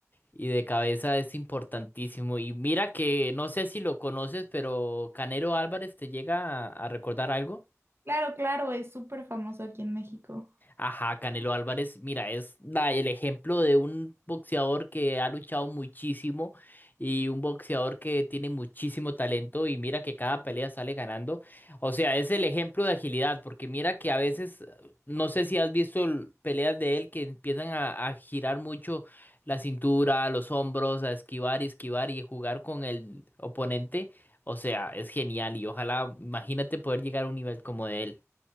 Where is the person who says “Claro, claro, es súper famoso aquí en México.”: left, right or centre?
Right